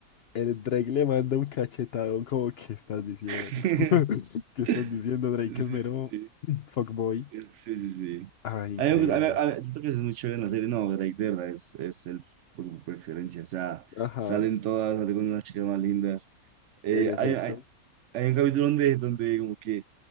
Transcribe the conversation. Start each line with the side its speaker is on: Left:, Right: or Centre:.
Left: El Drake le manda un cachetadón como, ¿qué estás diciendo?
Right: <laughs>
Left: <laughs> ¿Qué estás diciendo? Drake
Right: Sí,
Left: es mero
Right: sí,
Left: <clears throat> fuckboy.
Right: sí, sí. sí.
Left: Ah, increíble.
Right: A mí me gusta, a mí- a mí- siento que eso es muy chévere en la serie. No, Drake, de verdad, es, es el por, por excelencia. O sea,
Left: Ajá,
Right: salen todas, salen con las chicas más lindas. Eh,
Left: en efecto.
Right: hay, hay, hay un capítulo donde, donde como que